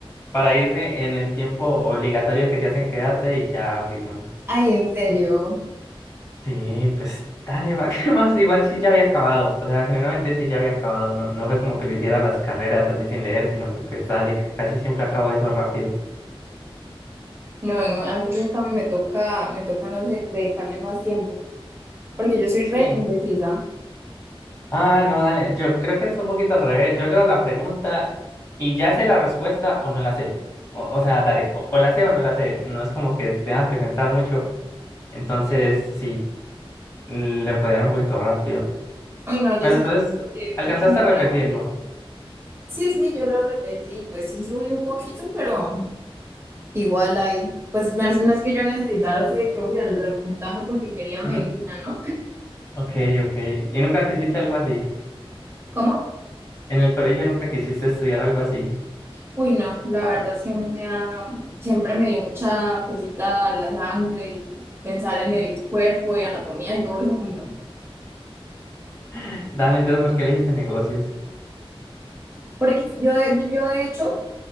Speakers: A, on the left; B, on the right.
A: para irme en el tiempo obligatorio que te hacen quedarte y ya abrirme.
B: Ay, en serio.
A: Sí, pues dale, va, <laughs> ¿qué más? Igual sí ya había acabado. O sea, generalmente sí ya había acabado. No, no fue como que lo hiciera las carreras así sin leer, sino que pues dale, casi siempre acabo eso rápido.
B: No, no, a mí nunca me, me toca, me toca, no sé, dedicarle más tiempo, porque yo soy re
A: Sí.
B: indecisa.
A: Ah, no, dale. Yo creo que es un poquito al revés. Yo leo la pregunta y ya sé la respuesta o no la sé. O, o sea, dale, o, o la sé o no la sé. No es como que tengas que pensar mucho. Entonces, sí, mm, le puede dar un poquito rápido.
B: Ay, no,
A: Pero
B: yo sí,
A: entonces,
B: eh,
A: ¿alcanzaste
B: me inclino
A: a
B: por
A: repetirlo?
B: la... Sí, sí, yo lo repetí, pues sí subí un poquito, pero... Igual hay, pues no es, no es que yo necesitara así de que, uy, el repuntaje porque quería medicina,
A: Ujú.
B: ¿no?
A: Ok, ok. ¿Y nunca quisiste algo así?
B: ¿Cómo?
A: ¿En el colegio nunca quisiste estudiar algo así? <gasps>
B: Uy, no, la verdad es que a mí me da, siempre me dio mucha cosita la sangre, y pensar en el cuerpo y anatomía y todo eso, uy, no.
A: <laughs> Dale, entonces, ¿por qué elegiste negocios?
B: Porque yo, yo de hecho,